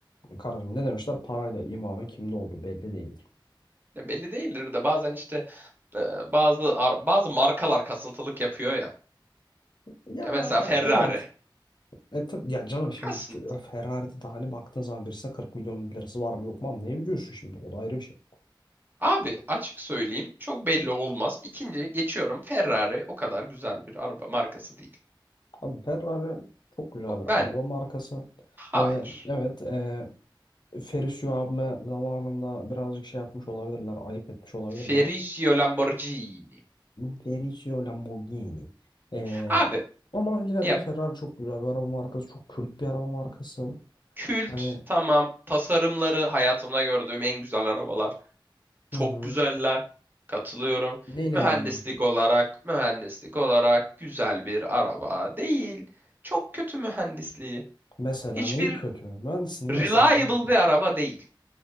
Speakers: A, on the left; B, on the right.
A: Kardeşim ne demişler? Parayla imamın kimde olduğu belli değildir.
B: Ya belli değildir de bazen işte e, bazı ar- bazı markalar kasıntılık yapıyor ya.
A: Ya
B: Ya mesela Ferrari.
A: evet. E tabii ya canım şimdi
B: Kasıntı.
A: Ferrari'de de hani baktığın zaman birisine 40 milyon lirası var mı yok mu anlayabiliyorsun şimdi. O da ayrı bir şey.
B: Abi açık söyleyeyim çok belli olmaz. İkinci geçiyorum Ferrari o kadar güzel bir araba markası değil.
A: Abi Ferrari çok güzel
B: Bu-
A: bir
B: Ben
A: araba markası.
B: hayır.
A: Ee, evet, e, Ferruccio abime zamanında birazcık şey yapmış olabilirler, ayıp etmiş olabilirler.
B: Ferruccio Lamborghini.
A: Ferruccio Lamborghini. Ee,
B: Abi
A: ama yine
B: ya
A: de Ferrari çok güzel bir araba markası, çok kült bir araba markası.
B: kült
A: Hani
B: tamam tasarımları hayatımda gördüğüm en güzel arabalar. Çok
A: Hı hı.
B: güzeller. Katılıyorum.
A: neyini
B: Mühendislik
A: beğenmiyorsun?
B: olarak, mühendislik olarak güzel bir araba değil. Çok kötü mühendisliği.
A: Mesela
B: Hiçbir
A: neyi kötü? Mühendisliğin
B: reliable
A: mesela neyi kötü?
B: bir araba değil.